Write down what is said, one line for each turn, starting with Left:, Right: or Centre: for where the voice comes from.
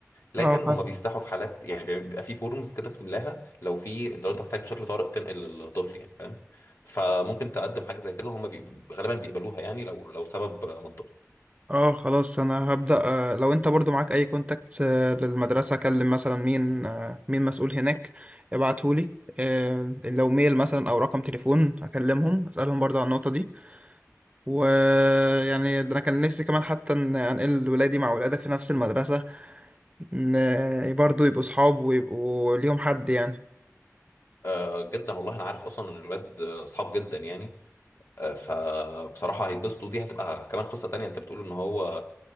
Left: لكن
Right: اه
Left: هم بيفتحوا في حالات يعني بيبقى في فورمز كده بتملاها لو في لو انت محتاج بشكل طارئ تنقل للطفل يعني فاهم فممكن تقدم حاجه زي كده هم بي... غالبا بيقبلوها يعني لو لو سبب منطقي
Right: اه خلاص انا هبدأ آه، لو انت برضو معاك اي كونتاكت آه، للمدرسة اكلم مثلا مين آه، مين مسؤول هناك ابعتهولي آه، لو ميل مثلا او رقم تليفون اكلمهم اسألهم برضو عن النقطة دي ويعني ده انا كان نفسي كمان حتى ان انقل ولادي مع ولادك في نفس المدرسة ان برضو يبقوا صحاب ويبقوا ليهم حد يعني
Left: آه جدا والله انا عارف اصلا ان الولاد اصحاب جدا يعني آه فبصراحه هيتبسطوا دي هتبقى كمان قصه تانية انت بتقول ان هو